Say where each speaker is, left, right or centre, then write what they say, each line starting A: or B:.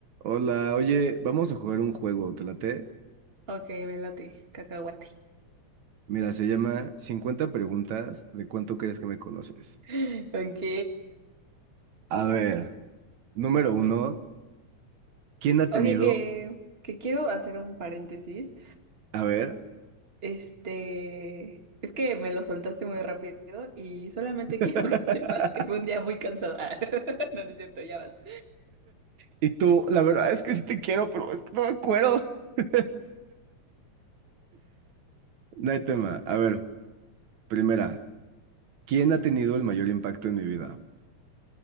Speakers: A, on the right; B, on the right.
A: Hola, oye, vamos a jugar un juego, ¿te late?
B: Ok, me late, cacahuate.
A: Mira, se llama 50 preguntas de cuánto crees que me conoces.
B: <laughs> Ok.
A: A ver, número uno, ¿quién ha
B: O
A: tenido?
B: sea que, que quiero hacer un paréntesis.
A: A ver.
B: Este, es que me lo soltaste muy rápido y solamente
A: <laughs>
B: <laughs> quiero que sepas que fue un día muy cansada. <laughs> No, no es cierto, ya vas.
A: Y tú, la verdad es que sí te quiero, pero es que no me acuerdo. <laughs> No hay tema. A ver, primera, ¿quién ha tenido el mayor impacto en mi vida?